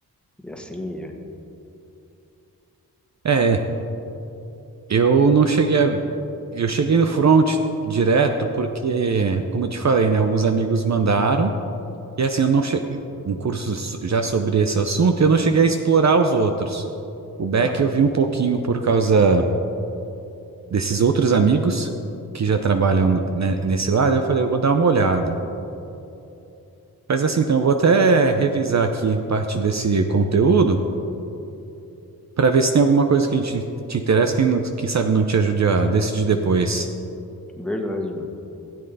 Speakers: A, in the centre; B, on the right.
A: e assim ia.
B: É, eu não cheguei a... Eu cheguei no front direto porque, como eu te falei, né, alguns amigos mandaram, e assim, eu não cheguei... Um curso so- já sobre esse assunto, e eu não cheguei a explorar os outros. O back
A: Aham,
B: eu vi um pouquinho por causa desses outros amigos que já trabalham ne- ne- nesse lado, eu falei, eu vou dar uma olhada. Mas assim, então eu vou até revisar aqui parte desse conteúdo, para ver se tem alguma coisa que a gente te interessa, quem, não- quem sabe não te ajude a decidir depois.
A: Verdade, mano,